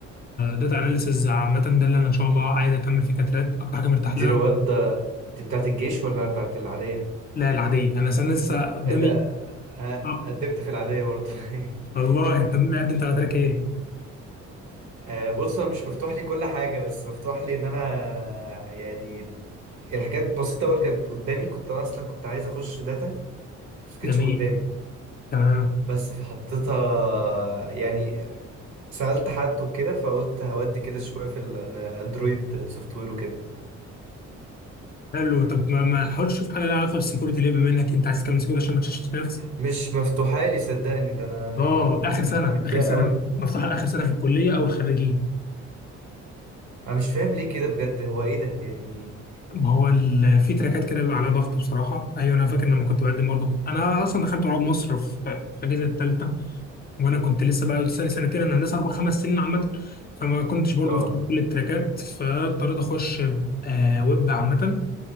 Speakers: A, on the left; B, on the right.
A: داتا اناليسز عامه ده اللي انا ان شاء الله عايز اكمل فيه كتراك اكتر حاجه مرتاح
B: دي
A: لها
B: رواد ده- دي بتاعت الجيش ولا بتاعت العادية؟
A: لا العاديه انا أصلاً لسه قدامي
B: إيه ده آه،
A: آه.
B: قدمت في العادية برضه <laughs>
A: والله انت مقدم على تراك ايه
B: آه، بص أنا مش مفتوح لي كل حاجة بس مفتوح لي إن أنا يعني الحاجات بسيطة أوي اللي كانت قدامي كنت أنا أصلا كنت عايز أخش داتا بس مكانتش
A: جميل
B: قدامي
A: تمام
B: بس فحطيتها يعني سألت حد وكده فقلت هودي كده شوية في الأندرويد سوفت وير وكده
A: حلو طب ما ما حاولتش تشوف حاجه لها علاقه بالسكيورتي ليه بما انك انت عايز تكمل سكيورتي عشان ما تشتتش نفسك
B: مش مفتوحة لي صدقني ده أنا
A: اه
B: يعني
A: اخر سنه
B: متضايق
A: اخر سنه
B: أوي
A: مفتوحه لاخر سنه في الكليه او الخريجين
B: أنا مش فاهم ليه كده بجد هو إيه ده يعني
A: ما هو ال- في تراكات كده بيبقى عليها ضغط بصراحه ايوه انا فاكر لما كنت بقدم برضه كنت انا اصلا دخلت رواد مصر في في اجازه الثالثه وانا كنت لسه بقى لسه لي سنتين انا هندسه اربع خمس سنين عامه فما كنتش برضو
B: اه
A: مفتوح كل التراكات فاضطريت اخش آه ويب عامه